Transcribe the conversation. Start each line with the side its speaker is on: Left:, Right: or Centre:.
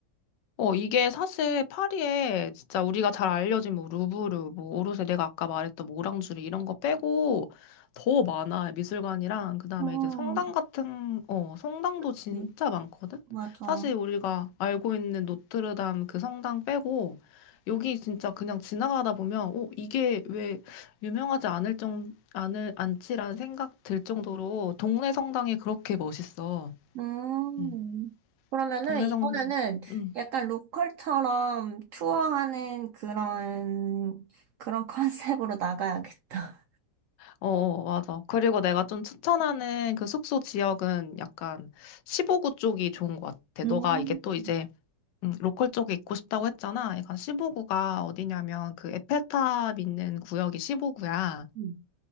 Left: 어, 이게 사실 파리에 진짜 우리가 잘 알려진 뭐 루브르, 뭐 오르세 내가 아까 말했던 뭐 오랑주리 이런 거 빼고 더 많아. 미술관이랑 그다음에
Right: 음,
Left: 이제 성당 같은 어, 성당도
Right: 그치.
Left: 진짜 많거든.
Right: 맞아.
Left: 사실 우리가 알고 있는 노트르담 그 성당 빼고 여기 진짜 그냥 지나가다 보면 어, 이게 왜 유명하지 않을 정 않을 않지라는 생각 들 정도로 동네 성당이 그렇게 멋있어.
Right: 음,
Left: 음.
Right: 그러면은
Left: 동네
Right: 이번에는
Left: 성 음.
Right: 약간 로컬처럼 투어하는 그런, 그런 <laughs> 컨셉으로 나가야겠다.
Left: 어, 맞아. 그리고 내가 좀 추천하는 그 숙소 지역은 약간 15구 쪽이 좋은 것 같아.
Right: 음,
Left: 너가 이게 또 이제 음, 로컬 쪽에 있고 싶다고 했잖아. 약간 15구가 어디냐면 그 에펠탑 있는 구역이 15구야.
Right: 음.